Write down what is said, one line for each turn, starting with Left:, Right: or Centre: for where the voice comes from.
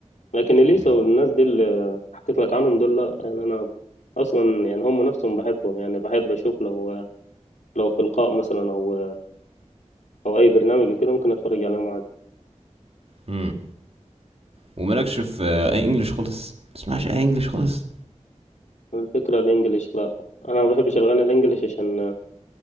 Left: لكن اليسا
Right: مم.
Left: والناس دي اللي حكيت لك عنهم دول لا يعني انا اصلا يعني هم نفسهم بحبهم يعني بحب اشوف لو لو في لقاء مثلا او او اي برنامج وكده ممكن اتفرج عليهم عادي
Right: امم ومالكش في آه، اي انجليش خالص تسمعش اي انجليش خالص
Left: الفكرة الانجليش لا انا ما بحبش الاغاني الانجليش عشان